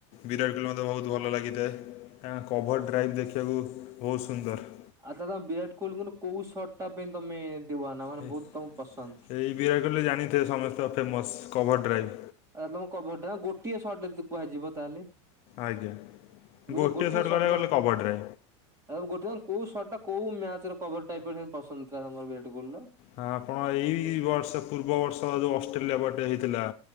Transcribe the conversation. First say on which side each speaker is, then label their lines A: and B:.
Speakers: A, on the left; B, on the right.
A: ବିରାଟ ମୋତେ ବହୁତ ଭଲ ଲାଗିଥାଏ। ତାଙ୍କ କଭର୍
B: ଆଚ୍ଛା।
A: ଡ୍ରାଇଭ୍ ଦେଖିବାକୁ ବହୁତ ସୁନ୍ଦର।
B: ଆଚ୍ଛା ତମେ ବିରାଟ କୋହଲିଙ୍କର କୋଉ ସର୍ଟଟା ପାଇଁ ତମେ ଦିବାନା ମାନେ
A: ଏ-
B: ବହୁତ ତମକୁ ପସନ୍ଦ।
A: ଏଇ ବିରାଟ କୋହଲି ଜାଣିଥିବେ ସମସ୍ତଙ୍କ ଫେମସ୍ କଭର୍ ଡ୍ରାଇଭ୍।
B: ଆଉ ତମ କଭରଟା ଗୋଟିଏ ସର୍ଟ ଯଦି କୁହାଯିବ ତାହେଲେ।
A: ଆଜ୍ଞା
B: ମୁଁ ତ
A: ଗୋଟେ
B: ଗୋଟିଏ
A: ସର୍ଟ
B: ସଟ୍
A: ମାରିବାକୁ
B: ମାନ
A: ଗଲେ କବଡ଼ ରେ।
B: <unintelligible> କୋଉ ସର୍ଟ ଟା କୋଉ ମ୍ୟାଚ୍ ର କଭର ଟାଇପ୍ ର ପସନ୍ଦ ଥିଲା ତମର ବିରାଟ କୋହିଲ ର।
A: ହଁ, ଆପଣ ଏଇ ବର୍ଷ ପୂର୍ବ ବର୍ଷ ଯଉ ଅଷ୍ଟ୍ରେଲିଆ ବ ଟେ ହୋଇଥିଲା